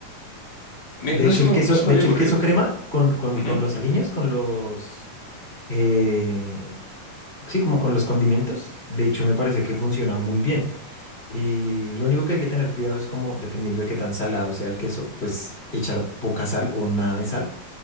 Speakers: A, on the left; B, on the left.
A: Mira,
B: De
A: no
B: hecho,
A: se
B: el
A: me,
B: queso,
A: no se me
B: de
A: había
B: hecho,
A: ocurrido.
B: el queso crema con, con,
A: Ujú,
B: con los aliños, con los, eh, sí, como con los condimentos, de hecho, me parece que funciona muy bien. Y lo único que hay que tener cuidado es como, dependiendo de qué tan salado sea el queso, pues echar poca sal o nada de sal